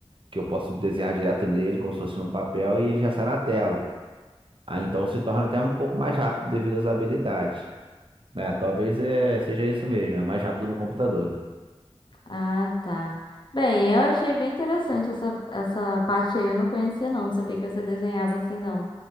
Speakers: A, on the right (about 55°); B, on the left (about 50°).
A: que eu posso desenhar direto nele, como se fosse no papel, e ele já sai na tela. Ah, então se torna até um pouco mais rápido devido às habilidades. É, talvez é, seja isso mesmo, é mais rápido no computador.
B: Ah, tá. Bem, eu achei bem interessante essa, essa parte aí. Eu não conhecia, não. Não sabia que você desenhava assim, não.